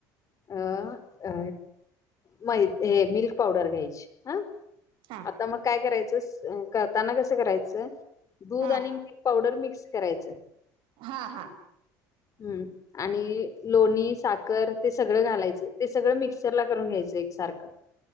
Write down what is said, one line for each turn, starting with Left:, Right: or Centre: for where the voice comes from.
Left: अ. अ नाही हे मिल्क पावडर घ्यायची. हा?
Right: हा
Left: आता मग काय करायचं. करताना कसं करायच दूध
Right: हा
Left: आणि- मिल्क पावडर मिक्स करायचं.
Right: हा हा.
Left: हम्म. आणि लोणी साखर ते सगळं घालायचं. ते सगळं मिक्सरला करून घ्यायचं एकसारखं.